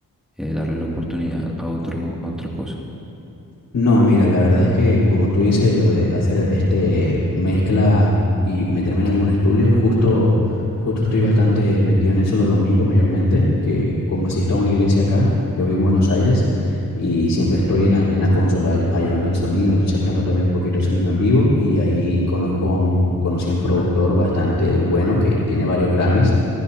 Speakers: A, in the centre; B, on the left.
A: eh, darle la oportunidad a otro, a otra cosa?
B: No, mira, la verdad es que como tú dices, lo de hacer este mezcla y meterme en algún estudio, justo, justo estoy bastante metido en eso los domingos mayormente, que como asisto a una iglesia acá, yo vivo en Buenos Aires y siempre estoy en la, en la consola ay- ayudando en sonido, entonces aprendo también un poquito de sonido en vivo y ahí conozco a un, conocí a un productor bastante bueno que tiene varios Grammys